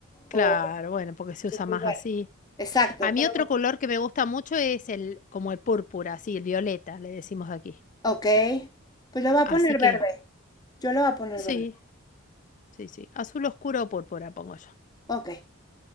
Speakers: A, on the left; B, on the left.
A: claro,
B: o...
A: bueno, porque se usa
B: pues
A: más
B: bueno,
A: así.
B: exacto,
A: A mí
B: pero
A: otro
B: bueno.
A: color que me gusta mucho es el, como el púrpura, así, el violeta, le decimos aquí.
B: Ok. Pues lo voy a
A: Así
B: poner
A: que,
B: verde. Yo lo voy a poner
A: sí,
B: verde.
A: sí, sí. Azul oscuro o púrpura, pongo yo.
B: Ok.